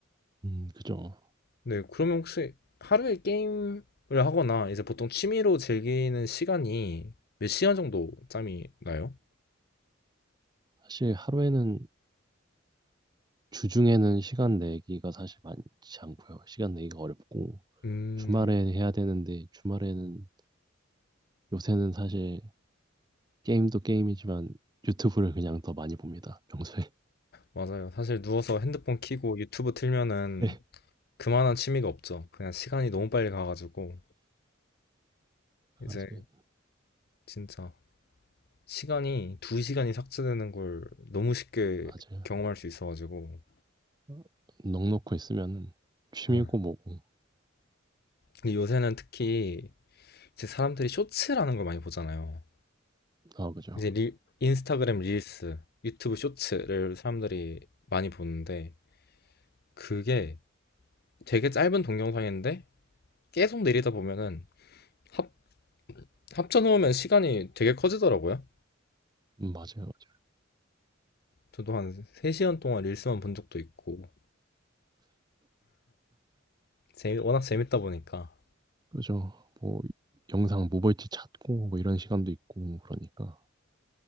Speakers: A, on the right; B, on the left.
A: 음, 그죠.
B: 네, 그러면 혹시 하루에 게임을 하거나 이제 보통 취미로 즐기는 시간이 몇 시간 정도 짬이 나요?
A: 사실 하루에는 주중에는 시간 내기가 사실 많지 않고요. 시간 내기가 어렵고
B: 음,
A: 주말에 해야 되는데 주말에는 요새는 사실 게임도 게임이지만 유튜브를 그냥 더 많이 봅니다. 평소에.
B: 맞아요. 사실 누워서 핸드폰 켜고 유튜브 틀면은
A: <laughs> 네.
B: 그만한 취미가 없죠. 그냥 시간이 너무 빨리 가가지고. 이제
A: 맞아요.
B: 진짜 시간이 두 시간이 삭제되는 걸 너무 쉽게
A: 맞아요.
B: 경험할 수 있어가지고.
A: 어, 넋 놓고 있으면은 취미고
B: 헐.
A: 뭐고.
B: 근데 요새는 특히 이제 사람들이 쇼츠라는 걸 많이 보잖아요.
A: 아, 그죠.
B: 이제 릴, 인스타그램 릴스, 유튜브 쇼츠를 사람들이 많이 보는데 그게 되게 짧은 동영상인데 계속 내리다 보면은 합, 합쳐놓으면 시간이 되게 커지더라고요.
A: 음, 맞아요. 맞아요.
B: 저도 한 3시간 동안 릴스만 본 적도 있고 재미, 워낙 재밌다 보니까
A: 그죠. 뭐 영상 뭐 볼지 찾고 뭐 이런 시간도 있고 그러니까.